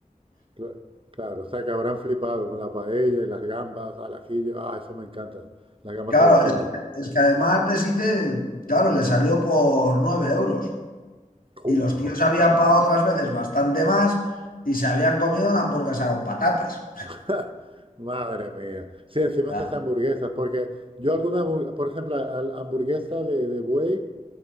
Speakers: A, on the right (about 40°); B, on the left (about 85°).
A: Cla- Claro, o sea que habrán flipado con la paella y las gambas al ajillo. Ah, eso me encanta, las gambas
B: Claro,
A: al ajillo.
B: es que, es que además les hice, claro, le salió por 9 euros.
A: Ju,
B: Y los
A: ma-
B: tíos habían pagado otras veces bastante más y se habían comido una hamburguesa con patatas.
A: <laughs> Madre mía. Sí, encima
B: Ah.
A: esas hamburguesas, porque yo alguna, hamburg- por ejemplo, a- a la hamburguesa de, de buey